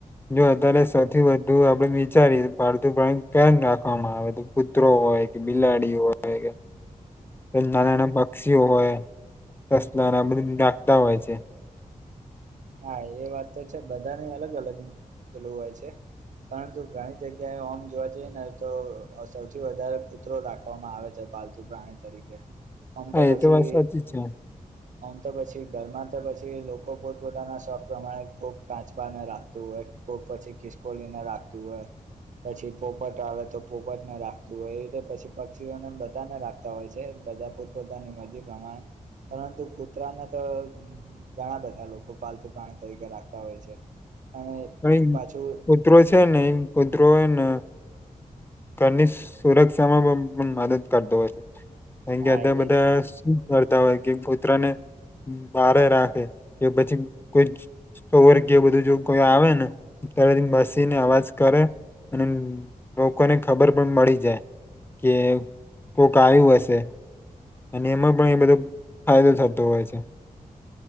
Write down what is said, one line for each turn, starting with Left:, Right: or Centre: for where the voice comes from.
Left: જો અત્યારે સૌથી વધુ આપ વિચારી પાલતુ પ્રાણી કેમ રાખવામાં આવે તો કૂતરો હોય કે બિલાડી હોય કે નાના નાના પક્ષીઓ હોય સસલા ના બધ નાખતા હોય છે
Right: હા એ વાત તો છે બધા ને અલગ અલગ પેલું હોય છે પરંતુ ઘણી જગ્યાએ ઓમ જોવા જઈએ ને તો સૌથી વધારે કુતરો રાખવામાં આવે છે પાલતું પ્રાણી તરીકે આમ
Left: હા
Right: તો પછી
Left: એ વાત સાચી જ છે
Right: આમ તો પછી ઘરમાં તો પછી લોકો પોત પોતાના શોખ પ્રમાણે ખૂબ કાચબાને રાખતું હોય ખૂબ પછી ખિસકોલીને રાખતું હોય પછી પોપટ આવે તો પોપટ ને રાખતું હોય એ રીતે પછી પક્ષીઓને બધાને રાખતા હોય છે બધા પોતપોતાની મરજી પ્રમાણે પરંતુ કુતરાને તો ઘણા બધા લોકો પાલતુ પ્રાણી તરીકે રાખતા હોય છે અને
Left: અ
Right: પાછું
Left: કૂતરો છે ને એ કૂતરો એ ને ઘરની સુરક્ષામાં પણ પણ મદદ કરતો હોય છે કારણ કે
Right: હા
Left: અત્યાર બધા
Right: એજ
Left: શું કરતા હોય કે કુતરા ને બારે રાખે કે પછી કોઈ સવર કે બધું જો કોઈ આવે ને ત્યારે બેસીને અવાજ કરે અને લોકોને ખબર પણ મળી જાય કે કોક આયું હશે અને એમાં પણ એ બધો ફાયદો થતો હોય છે